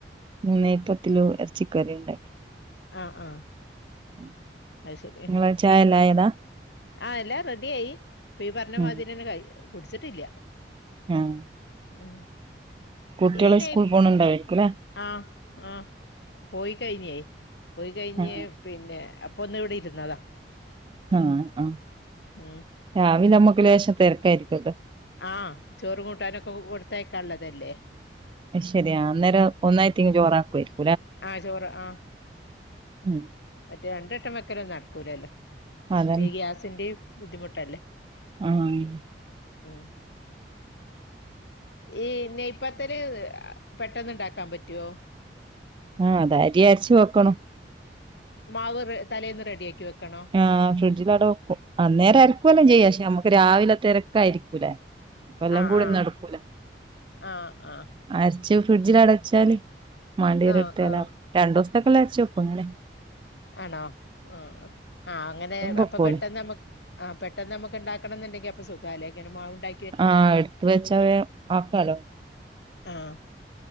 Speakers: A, on the right; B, on the left.
A: നെയ്പത്തിലു എറച്ചിക്കറിണ്ടാക്കി
B: ആഹ് ആഹ്
A: <inaudible>
B: അയ് ശരി
A: നിങ്ങളെ ചായ <unintelligible>
B: ആ എല്ലാം റെഡ്യായി ഇപ്പ ഈ പറഞ്ഞമാതിരിന്നെ
A: ഉം
B: കയ് കുടിച്ചിട്ടില്ല.
A: ആഹ്
B: ഉം
A: കുട്വൾ
B: ഈ നെയ്
A: സ്കൂൾ പോണ് ഉണ്ടായിരിക്കൂലേ.
B: ആ ആ പോയി കഴിഞ്ഞ് പോയി കഴിഞ്ഞ്
A: ആഹ്
B: പിന്നെ അപ്പോ ഒന്ന് ഇവിടെ ഇരുന്നത.
A: ആആ
B: ഉം
A: രവിലെ നമ്മൾക്ക് ലേശം തെരക്കായിരിക്കല്ലോ.
B: ആ ചോറ് കൂട്ടാനൊക്കെ കൊടുത്തയക്കാനു ള്ളതല്ലേ?
A: ശരിയ അന്നേരം ഒന്നായിത്തിങ് ചോറാക്കുയിരിക്കു
B: ആ ചോറ് ആ
A: ഉം
B: മറ്റേ രണ്ട്ട്ടം വെക്കലൊന്നും നടക്കൂലല്ലോ
A: അതന്നെ
B: ഇപ്പയി ഈ ഗ്യാസിന്റെ ബുദ്ധിമുട്ടല്ലേ?
A: ആഹ്
B: ഉം ഈ നെയ്പ്പത്തല് പെട്ടെന്ന്ണ്ടാക്കാൻ പറ്റൊ
A: ആ അത് അരിയ അരച്ച് വെക്കണം
B: മാവ് തലേന്ന് റെഡിയാക്കി വെക്കണോ?
A: ആ ഫ്രിഡ്ജില്അവിടെ വെക്കും അന്നേരം അരക്കുവല്ലാം ചെയ്യാം പക്ഷെ നമുക്ക് രാവിലെ തിരക്കായിയിരിക്കുലെ? വല്ലപൊയും
B: ആഹ് ആഹ്
A: ഒന്നും നടക്കൂല
B: ആഹ് ആഹ്
A: അരച്ച് ഫ്രിഡ്ജിൽ അടച്ചാല് മണ്ടിയിരി
B: ആഹ്
A: അടുത്തലാ
B: ആഹ്
A: രണ്ടു ദിവസത്തൊക്കെള്ള അരിച്ചു വോക്കും ങ്ങനെ
B: ണോ ആ ആ് അങ്ങനെ
A: വെക്കൂല
B: അപ്പൊ പെട്ടെന്ന് നമ്മക്ക് ആ പെട്ടെന്ന് നമുക്ക്ണ്ടാക്കണം ന്ന്ണ്ടങ്കിൽ അപ്പൊ സുഖാലേ ഇങ്ങനെ മവ് ഉണ്ടാ
A: ആ അടുത്ത് വച്ച വേം ആക്കാലോ
B: ആഹ്